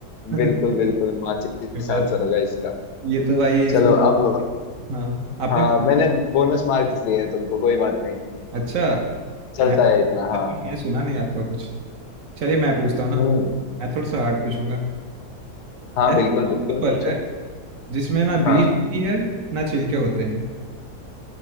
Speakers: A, on the right; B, on the left.
A: ना
B: बिल्कुल बिल्कुल माचिस
A: पर
B: आंसर होगा इसका
A: ये तो भाई इसमें
B: चलो अब
A: हाँ आपने
B: हाँ मैंने बोनस मार्क्स दिए हैं तुमको कोई बात नहीं
A: अच्छा
B: चलता
A: मैं
B: है इतना हाँ
A: ये सुना नहीं आपका कुछ चलिए मैं पूछता हूँ ना
B: हम्म
A: मैं थोड़ा सा हार्ड पूछूंगा
B: हाँ
A: ऐसा
B: बिल्कुल
A: कौन
B: बिल्कुल
A: सा
B: पूछो
A: फल है जिसमें ना
B: हाँ
A: बीज होती है ना छिलके होते हैं